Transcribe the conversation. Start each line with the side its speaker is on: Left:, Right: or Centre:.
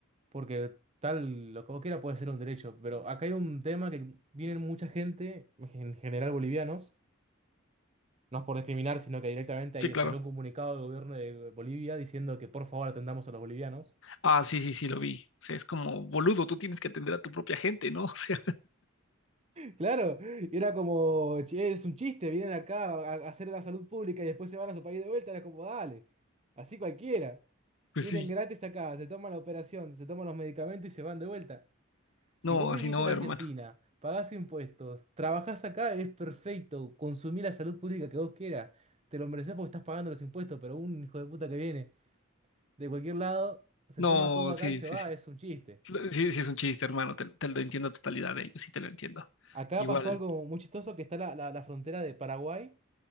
Right: porque tal, lo que vos quieras puede ser un derecho. Pero acá hay un tema que viene mucha gente, en general bolivianos, no es por discriminar, sino que directamente
Left: sí,
Right: ahí
Left: claro.
Right: salió un comunicado del gobierno de Bolivia diciendo que por favor atendamos a los bolivianos.
Left: Ah, sí, sí, sí, lo vi. O sea, es como, boludo, tú tienes que atender a tu propia gente, ¿no? <laughs> O sea,
Right: Claro, y era como, "Che, es un chiste, vienen acá a, a hacer la salud pública y después se van a su país de vuelta, era como, dale, así cualquiera.
Left: pues
Right: Vienen
Left: sí.
Right: gratis acá, se toman la operación, se toman los medicamentos y se van de vuelta. Si
Left: No,
Right: vos vivís
Left: así no,
Right: en Argentina,
Left: hermano.
Right: pagás impuestos, trabajás acá, es perfecto, consumí la salud pública que vos quieras, te lo mereces porque estás pagando los impuestos, pero un hijo de puta que viene de cualquier lado, se
Left: No,
Right: toma todo acá
Left: sí,
Right: y se
Left: sí,
Right: va,
Left: sí.
Right: es un chiste.
Left: Lo- Sí, sí, es un chiste, hermano. Te, te lo entiendo a totalidad de ellos, sí te lo entiendo.
Right: Acá
Left: Igual,
Right: pasó algo muy chistoso que está la, la la frontera de Paraguay.